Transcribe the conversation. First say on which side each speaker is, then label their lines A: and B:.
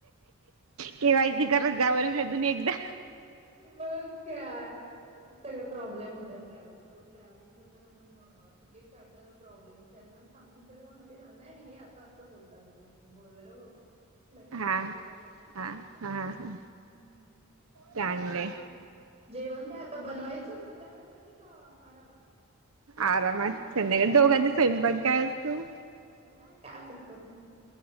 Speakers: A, on the right; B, on the right.
A: केवायसी करत जाव अजुन एकदा.
B: बघ काय, असं सगळे प्रॉब्लेम होतात ट्रॅव्हल, ट्रॅव्हलिंग कर ताना पण मग तिकीट काढताना प्रॉब्लेम त्यांना सांगितल म ते नाही हे आता असं बोलतात याला. बर बाबा लक्षात
A: हा
B: ठेवु आता
A: हा
B: अस
A: हा
B: हम्म.
A: हा
B: मग
A: चांगलंय
B: काय ग जेवण काय आता बनवायचं संध्याकाळसाठी का आरामात
A: आरामात संध्याकाळी दोघांचे स्वयंपाक काय असतू.
B: हा का करून